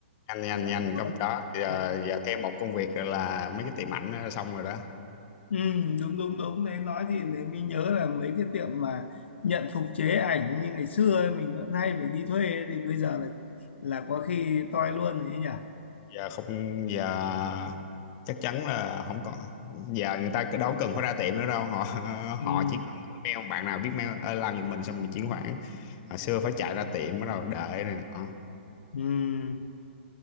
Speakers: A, on the left; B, on the left.
A: nhanh nhanh
B: Bạn
A: nhanh
B: có
A: không có giờ,
B: Ừ.
A: giờ thêm một công việc là mấy cái tiệm ảnh nó xong rồi đó
B: Ừ, đúng đúng đúng đấy nói thì để mình nhớ là mấy cái tiệm mà nhận phục chế ảnh như ngày xưa ấy, mình vẫn hay phải đi thuê ấy, thì bây giờ là là có khi toi luôn đấy nhỉ
A: giờ không giờ chắc chắn là không có giờ người ta đâu cần phải ra tiệm nữa đâu họ <laughs>
B: ừ,
A: họ chỉ cần mail bạn nào biết mail ờ, làm giùm mình xong mình chuyển khoản hồi xưa phải chạy ra tiệm bắt đầu đợi này nọ
B: ừ,